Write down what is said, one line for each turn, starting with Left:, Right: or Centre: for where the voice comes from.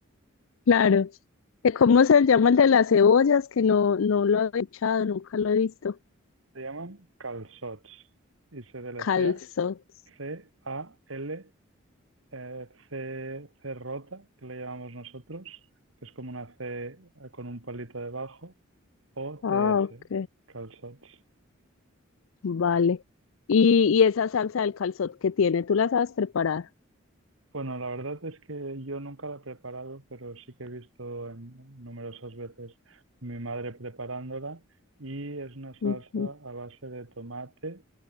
Left: Claro. Eh, ¿Cómo se llama el de las cebollas? Que no, no lo he escuchado, nunca lo he visto.
Right: Se llaman calçots y se deletrea
Left: Calzot.
Right: C-A-L, eh, C, C rota, que le llamamos nosotros, que es como una C eh, con un palito debajo, o
Left: Ah,
Right: T-S,
Left: ok.
Right: calçots.
Left: Vale. Y, y esa salsa del calzot que tiene, ¿tú la sabes preparar?
Right: Bueno, la verdad es que yo nunca la he preparado, pero sí que he visto en- numerosas veces mi madre preparándola y es una salsa
Left: Ujú,
Right: a base de tomate,